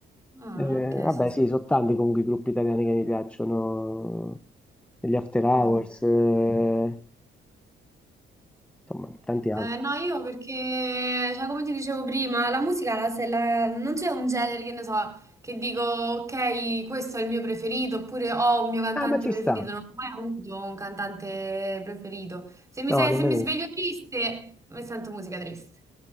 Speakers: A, on the right; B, in the centre.
A: Ah,
B: Eh, vabbè,
A: ok, sì, sì.
B: sì, sono tanti comunque i gruppi italiani che mi piacciono, gli After Hours,
A: Mm.
B: eh, insomma, tanti altri.
A: Eh, no, io perché, cioè, come ti dicevo prima, la musica la- se la- non c'è un genere che ne so, che dico, ok, questo è il mio preferito, oppure ho un mio cantante
B: Ah, ma ci
A: preferito.
B: sta.
A: Non ho mai avuto un cantante preferito. Se mi,
B: No,
A: se-
B: nemmeno.
A: se mi sveglio
B: io.
A: triste, mi sento musica triste.